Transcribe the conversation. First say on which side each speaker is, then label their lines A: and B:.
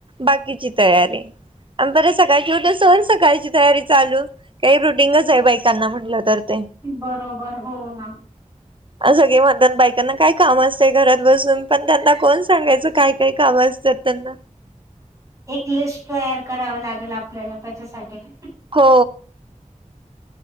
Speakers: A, on the right; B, on the right.
A: बाकीची तयारी आणि परे सकाळची होत सहन सकाळची तयारी चालू काही रुटीनच आहे बाईकांना म्हटलं तर -
B: बरोबर. हो ना.
A: अन सगळे म्हणतात बायकांना काय काम अस- घरात बसून. पण त्यांना कोण सांगायचं? काय काय काम असतात त्यांना.
B: एक लिस्ट तयार कराव लागेल आपल्याला त्याच्यासाठी-
A: हो